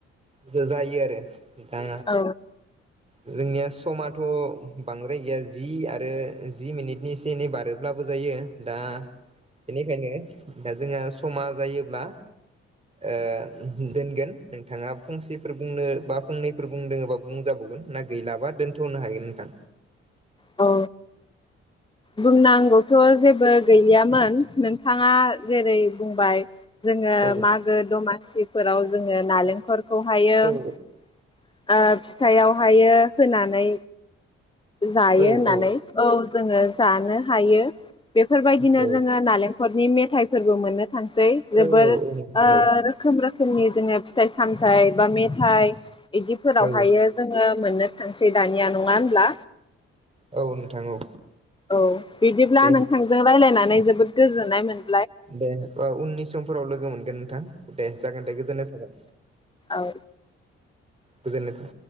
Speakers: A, on the right (about 20°); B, on the left (about 15°).
A: जो जायो आरो दा
B: औ
A: जोंनिया समाथ' बांद्राय गैया जि आरो जि मिनिटनिसे एनै बारोब्लाबो जायो दा बेनिखायनो दा जोंहा समा जायोब्ला ओ दोनगोन नोंथाङा फंसेफोर बुंनो बा फंनैफोर बुंदोङोबा बुंजाबावगोन ना गैलाबा दोनथ'नो हायो नोंथां
B: औ बुंनांगौथ' जेबो गैयामोन नोंथाङा जेरै बुंबाय जोङो
A: औ
B: मागो दमासि फोराव जोङो नालेंखर खौ हायो
A: औ
B: ओ फिथायाइावहायो होनानै जायो
A: औ
B: होननानै औ जोङो जानो हायो बेफोरबायदिनो
A: औ
B: जोङो
A: औ
B: नालेंख ननि मेथाइफोरबो मोननो थानसै
A: औ
B: जोबोर ओ
A: औ नोंथां औ
B: रोखोम रो फोरनि जोङो फिथाइ सामथाइ बा मेथाइ इदिफोरावहायो
A: औ
B: जोङो मोननो थांसेै दानिया नङा होनब्ला
A: औ नोंथां औ
B: औ बिदिब्ला
A: दे
B: नोंथांजों रायज्लायना नै जोबोद गोजोननाय मोन
A: दे ओ उननि समफोराव लोगो मोनगोन नोंथां दे जागोन दे गोजोननाय थाबाय।
B: औ
A: गोजोननाय था